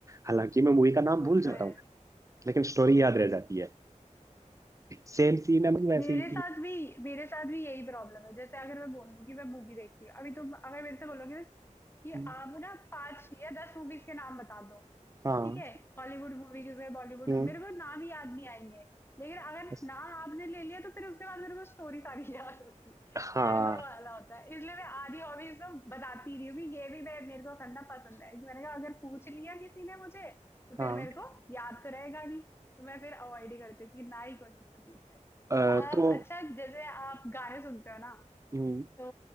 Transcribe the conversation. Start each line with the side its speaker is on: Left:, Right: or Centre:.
Right: हालांकि मैं मूवी का नाम
Left: वो
Right: भूल जाता
Left: तो है
Right: हूँ लेकिन स्टोरी याद रह जाती है सेम सीन है मतलब वैसे
Left: मेरे
Right: ही
Left: साथ भी मेरे साथ भी यही प्रॉब्लम है जैसे अगर मैं बोल दूं कि मैं मूवी देखती हूँ अभी तुम अगर मेरे से बोलोगे कि
Right: कि
Left: आप ना पांच या दस मूवीज के नाम बता दो
Right: हाँ
Left: ठीक है हॉलीवुड मूवीज है बॉलीवुड
Right: हम्म
Left: मेरे को नाम ही याद नहीं आएंगे लेकिन अगर
Right: बस,
Left: नाम आपने ले लिया तो फिर उसके बाद मेरे को स्टोरी सारी <laughs> याद होगी
Right: हाँ
Left: तो ऐसा वाला होता है इसलिए मैं आधी हॉबीज ना बताती ही रही हूँ कि ये भी मैं मेरे को करना पसंद है कि मैंने कहा अगर पूछ लिया किसी ने मुझे तो
Right: हाँ
Left: फिर मेरे को याद तो रहेगा नहीं तो मैं फिर अवॉइड ही करती हूँ कि ना ही कोई मुझसे पूछे
Right: अ,
Left: तो आप
Right: तो
Left: अच्छा जैसे आप गाने सुनते हो ना
Right: हम्म,
Left: तो